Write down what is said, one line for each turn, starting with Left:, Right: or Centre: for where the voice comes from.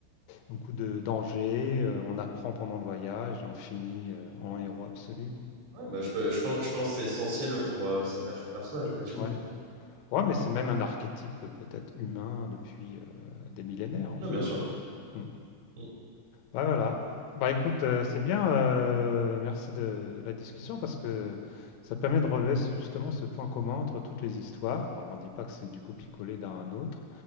Left: beaucoup de dangers, euh, on apprend pendant le voyage et on finit euh, en héros absolu.
Right: Ouais, bah, je, peux- je pense, je pense que c'est essentiel pour euh, s'attacher au personnage, effectivement.
Left: Ouais, ouais, mais c'est même un archétype euh, peut-être humain depuis euh, des millénaires en
Right: Non,
Left: fait.
Right: bien sûr.
Left: Hmm.
Right: Mm,
Left: Bah voilà. Bah écoute, euh, c'est bien. euh, merci de la discussion parce que ça permet de relever ce- justement ce point commun entre toutes les histoires. Alors on dit pas que c'est du copier-coller d'un à un autre,